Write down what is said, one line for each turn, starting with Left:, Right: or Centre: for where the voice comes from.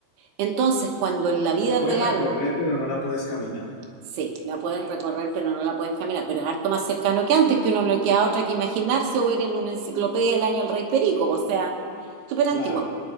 Right: Entonces, cuando en la vida
Left: La puedes
Right: real
Left: recorrer, pero no la puedes caminar.
Right: Sí, la puedes recorrer, pero no la puedes caminar. Pero es harto más cercano que antes, que uno no queda otra que imaginarse o ver en una enciclopedia del año El Rey Perico, o sea, súper antiguo.
Left: Claro,